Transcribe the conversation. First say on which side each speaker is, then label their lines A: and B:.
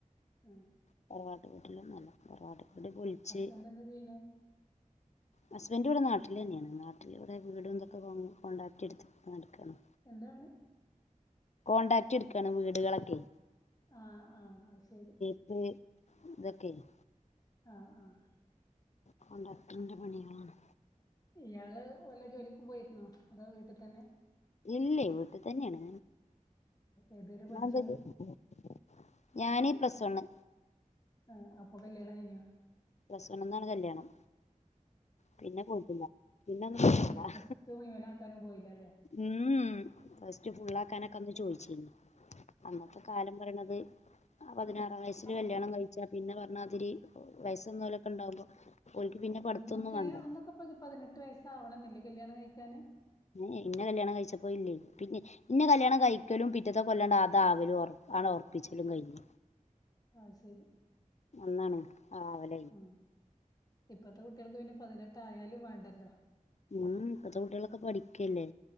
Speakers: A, on the left; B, on the left.
A: ആഹ്
B: തറവാട്ട് വീട്ടിലൊന്നുല്ല തറവാട വീട് പൊളിച്ച്
A: ഹസ്ബൻഡ് എന്താ ചെയ്യണേ
B: ഹസ്ബൻഡിവിടെ നാട്ടിൽ തന്നെയാണ് നാട്ടിൽ ഇവിടെ വീടുംന്തൊക്കെ കോൺടാക്ട് എടുത്ത് നടക്കാണ്
A: എന്താണ്
B: കോൺടാക്ട് എടുക്കാണ് വീടുകളൊക്കെ
A: ആഹ് ആഹ് അത് ശെരി
B: <unintelligible> ഇതൊക്കെ ഇല്ലേ
A: ആഹ് ആഹ്
B: കോൺടാക്ട്ടിൻ്റെ പണികളാണ്
A: ഇയാള് വല്ല ജോലിക്കും പോയിരുന്നോ അതോ വീട്ടിൽ തന്നെ
B: ഇല്ല വീട്ടി തന്നെയാണ്
A: ഏതുവരെ പഠിച്ചു
B: ഞാൻ <unintelligible> ഞാനീ പ്ലസ് വണ്ണ്
A: ആഹ് അപ്പൊ കല്യാണം കഴിഞ്ഞോ
B: പ്ലസ് വണ്ണ്ന്നാണ് കല്യാണം പിന്നെ പോയിട്ടില്ല പിന്നെ ഒന്നും
A: ഏഹ് പ്ലസ് ടു മുഴുവനാക്കാനും പോയില്ലല്ലേ
B: ഉം പ്ലസ്ടു ഫുള്ളാക്കാനൊക്കെ അന്ന് ചോയ്ച്ചിനി അന്നത്തെ കാലം പറയണത് ആഹ് പതിനാറാം വയസ്സില്
A: അപ്
B: കല്യാണം കഴിച്ചാ പിന്നെ പറഞ്ഞാതിരി വയസ്സ് വന്നാലോക്കെ ഉണ്ടാവുമ്പോ ഓൽക്ക് പിന്നെ പഠിത്തൊന്നും
A: അന്നൊക്കെ
B: വേണ്ടല്ലോ
A: അന്നൊക്കെ പതിനെട്ട് വയസ്സ്ആവണം എന്നില്ലേ കല്യാണം കഴിക്കാന്
B: ഏഹ് എന്നെ കല്യാണം കഴിച്ചപ്പോ ‌ ഇല്ലേ പിന്നെ ഇന്നെ കല്യാണം കഴിക്കലും പിറ്റത്തെ കൊല്ലം അതാകലും അങ്ങട്ട് ഒറപ്പിച്ചലും കഴിഞ്ഞു
A: അയ് ശെരി
B: അന്നാണ് ആവല്
A: ആഹ് ഇപ്പത്തെ കുട്ടിൾക്ക് പിന്നെ പതിനെട്ടായാലും വേണ്ടല്ലോ?
B: ഉം ഇപ്പത്തെ കുട്ടികളൊക്കെ പഠിക്കല്ലേ